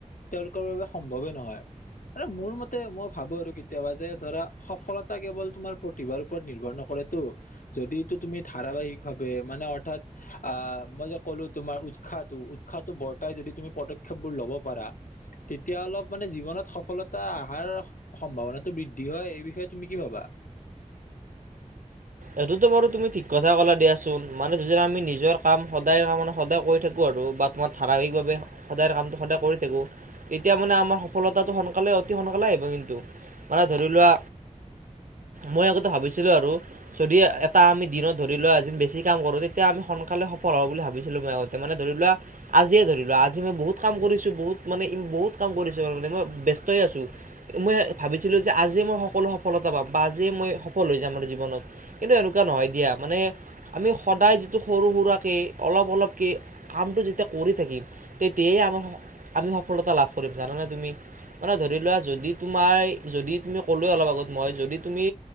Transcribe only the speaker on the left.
তেওঁলোকৰ বাবে সম্ভৱেই নহয়। মোৰ মতে মই ভাবো আৰু কেতিয়াবা যে ধৰা সফলতা কেৱল তোমাৰ প্ৰতিভাৰ ওপৰত নিৰ্ভৰ নকৰে। টো যদিটো তুমি ধাৰাবাহিক ভাৱে মানে অৰ্থাৎ আ মই যে ক'লো তোমাৰ উৎসাহটো, উৎসাহটো বৰ্তাই যদি তুমি পদক্ষেপ বোৰ ল'ব পাৰা। তেতিয়া অলপ মানে জীৱনত সফলতা আহাৰ সম্ভাৱনাটো বৃদ্ধি হয়। এই বিষয়ে তুমি কি ভাবা? <inaudible>